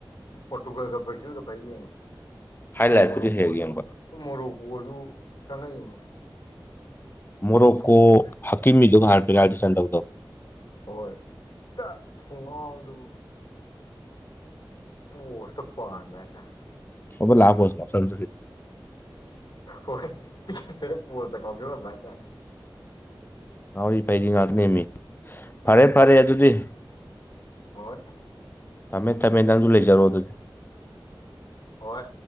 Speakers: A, on the left; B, on the left.
A: ꯄꯣꯔꯇꯨꯒꯜꯒ ꯕ꯭ꯔꯥꯖꯤꯜꯒ ꯐꯔ ꯌꯦꯡꯉꯤ
B: ꯍꯥꯏ ꯂꯥꯏꯠꯄꯨꯗꯤ
A: ꯃꯣꯔꯣꯛꯀꯣꯁꯨ
B: ꯍꯦꯛ ꯍꯦꯛ ꯌꯦꯡꯕ
A: ꯃꯣꯔꯣꯛꯀꯣꯁꯨ ꯆꯪꯉꯛꯏꯅꯦ
B: ꯃꯣꯔ ꯀꯣ
A: ꯐꯖꯒꯤ
B: ꯍꯀꯤꯝꯗꯨ ꯁꯟꯗꯣ
A: ꯍꯣꯏ ꯊꯨꯡꯉꯥꯎ ꯑꯗꯨ ꯄꯣꯁꯇ ꯄꯗꯥꯗ
B: ꯑꯣ ꯂꯥꯛꯄꯣ ꯅꯁꯁꯨ
A: ꯍꯣꯏꯆꯔ ꯄꯣ ꯀꯥꯎꯗ ꯂꯕꯥ ꯇ
B: ꯉꯥꯎꯔꯤ ꯐꯩꯗꯤ ꯉꯥꯏꯍꯥꯛ ꯅꯦꯝꯃꯤ ꯐꯔꯦ ꯐꯔꯦ ꯑꯗꯨꯗꯤ
A: ꯍꯣꯏꯣꯏ
B: ꯇꯥꯃꯦꯦꯟ ꯇꯥꯃꯦꯦꯟ ꯅꯪꯁꯨ ꯂꯩꯖꯔꯣ ꯑꯗꯨꯗꯤ
A: ꯍꯣꯏ